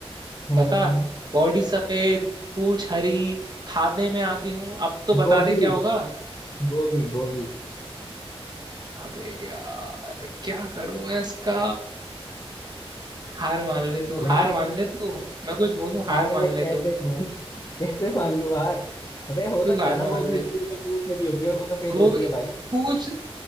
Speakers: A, on the left; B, on the right.
A: हाँ
B: बता बॉडी सफेद पूंछ हरी खाने में आती हूँ अब तो बता
A: गोभी
B: दे क्या होगा
A: गोभी गोभी
B: अबे यार क्या करूं मैं इसका हार मान ले तू
A: यार
B: हार मान ले तू मैं कुछ बोलूं
A: हार
B: हार
A: मैं
B: मान
A: कैसे
B: ले तू
A: मान <laughs> कैसे मान लूं हार अबे हो
B: तू
A: सकता
B: हार
A: है ना
B: मान
A: गोभी उसकी
B: ले
A: भी तो पूंछ हरी होती है और वो सफेद
B: गोभी
A: होती है भाई
B: पूछ